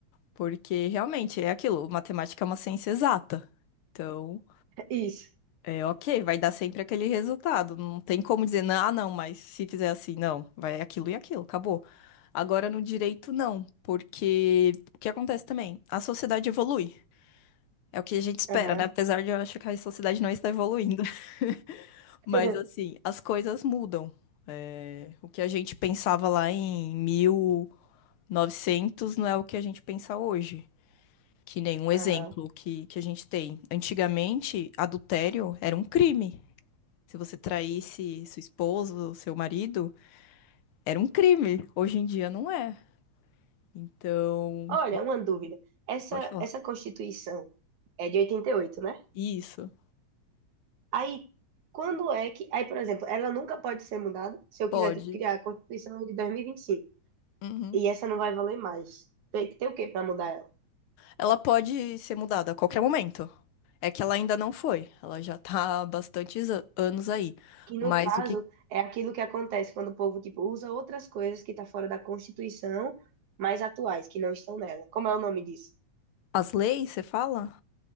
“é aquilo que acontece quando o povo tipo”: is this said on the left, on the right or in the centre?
Right